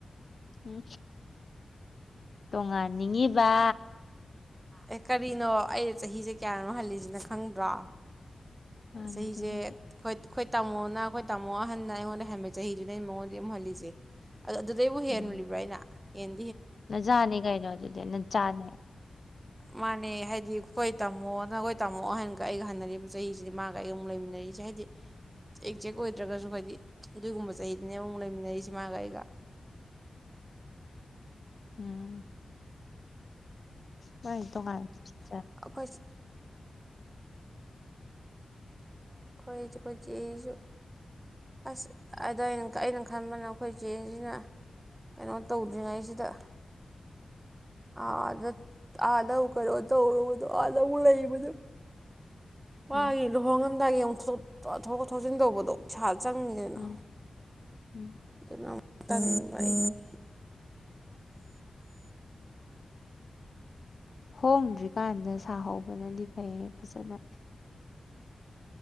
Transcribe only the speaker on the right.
ꯑꯦ ꯀꯔꯤꯅꯣ ꯑꯩ ꯆꯍꯤꯁꯦ ꯀꯌꯥꯅꯣ ꯍꯜꯂꯤꯖꯦ ꯅꯪ ꯈꯪꯗ꯭ꯔꯣ
ꯆꯍꯤꯁꯦ
ꯑꯩꯈꯣꯏ ꯑꯩꯈꯣꯏ ꯇꯥꯃꯣꯅ ꯑꯩꯈꯣꯏ ꯇꯥꯃꯣ ꯑꯍꯟꯅ ꯑꯩꯉꯣꯟꯗꯩ ꯍꯟꯕ ꯆꯍꯤꯗꯨꯅ ꯑꯩꯅ ꯃꯉꯣꯟꯗꯩ ꯑꯃꯨꯛ ꯍꯜꯂꯤꯁꯦ ꯑꯗ ꯑꯗꯩ ꯃꯨꯛ ꯍꯦꯟꯨꯂꯤꯕ꯭ꯔꯥ
ꯑꯩꯅ ꯑꯦꯟ
ꯃꯥꯅꯦ ꯍꯥꯏꯗꯤ ꯑꯩꯈꯣꯏ ꯇꯝꯃꯣꯗ ꯑꯩꯈꯣꯏ ꯇꯝꯃꯣ ꯑꯍꯥꯟꯒ ꯑꯩꯒ ꯍꯟꯅꯔꯤꯕ ꯆꯍꯤꯁꯦ ꯁꯤꯗꯤ ꯃꯥꯒ ꯑꯩꯒ ꯑꯃꯨꯛ ꯂꯩꯃꯤꯟꯅꯔꯤꯁꯦ ꯍꯥꯏꯗꯤ ꯑꯦꯛꯖꯦꯛ ꯑꯣꯏꯗ꯭ꯔꯒꯁꯨ ꯍꯥꯏꯗꯤ ꯑꯗꯨꯒꯨꯝꯕ ꯆꯍꯤꯗꯅꯦ ꯑꯃꯨꯛ ꯂꯩꯃꯤꯟꯅꯔꯤꯁꯦ ꯃꯥꯒ ꯑꯩꯒ
ꯑꯩꯈꯣꯏ ꯑꯩꯈꯣꯏ ꯑꯩꯈꯣꯏ ꯆꯦꯁꯨ ꯑꯁ ꯑꯗꯣ ꯑꯩꯅ ꯈꯟꯕꯅ ꯑꯩꯈꯣꯏ ꯏꯆꯦꯁꯤꯅ ꯀꯩꯅꯣ ꯇꯧꯗ꯭ꯔꯤꯉꯩꯁꯤꯗ ꯑꯥꯗ ꯑꯥ ꯑꯃꯨꯛ ꯀꯩꯅꯣ ꯇꯧꯔꯨꯕꯗꯣ ꯑꯥꯗ ꯑꯃꯨꯛ ꯂꯩꯕꯗꯣ ꯋꯥꯏ
ꯂꯨꯍꯣꯡꯉꯝ ꯗꯥꯏꯒꯤ ꯑꯃꯨ ꯊꯣ ꯊꯣꯛꯂꯛ ꯊꯣꯛꯆꯤꯟ ꯇꯧꯕꯗꯣ ꯏꯁꯥ ꯆꯪꯅꯤꯀꯩꯅꯣ
ꯗꯅꯥꯎ ꯇꯟꯕ ꯑꯩ <inaudible>